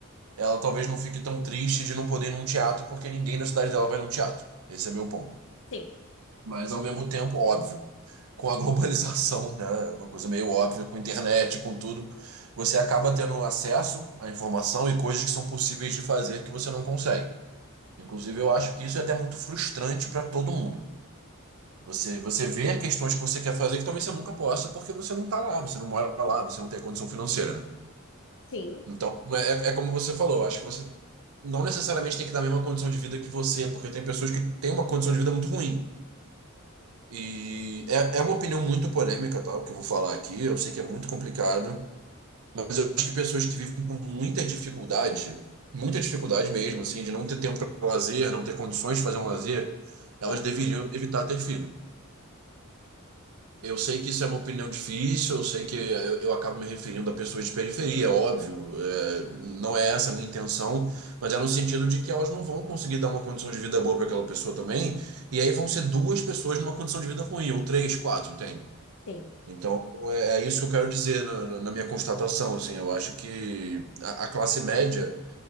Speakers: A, on the right; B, on the left.
A: ela talvez não fique tão triste de não poder ir num teatro, porque ninguém na cidade dela vai num teatro. Esse é meu ponto.
B: Sim,
A: Mas, ao mesmo tempo, óbvio, com a <laughs> globalização, né, uma coisa meio óbvia, com internet, com tudo, você acaba tendo acesso à informação e coisas que são possíveis de fazer que você não consegue. Inclusive, eu acho que isso é até muito frustrante para todo mundo. Você, você vê questões que você quer fazer que talvez você nunca possa, porque você não tá lá, você não mora lá, você não tem a condição financeira, né?
B: sim,
A: Então, é, é é como você falou, eu acho que você não necessariamente tem que dar a mesma condição de vida que você, porque tem pessoas que têm uma condição de vida muito ruim. E é, é uma opinião muito polêmica, tal, que eu vou falar aqui, eu sei que é muito complicado, Mas eu acho que pessoas que vivem com muita dificuldade, muita dificuldade mesmo, assim, de não ter tempo para lazer, não ter condições de fazer um lazer, elas
B: Aham.
A: deveriam evitar ter filho. Eu sei que isso é uma opinião difícil, eu sei que eu, eu acabo me referindo a pessoas de periferia, óbvio, é, não é essa a minha intenção, mas é no sentido de que elas não vão conseguir dar uma condição de vida boa para aquela pessoa também, e aí vão ser duas pessoas numa condição de vida ruim, ou três, quatro, entende?
B: sim.
A: Então, é é isso que eu quero dizer na, na- na minha constatação, assim, eu acho que a, a classe média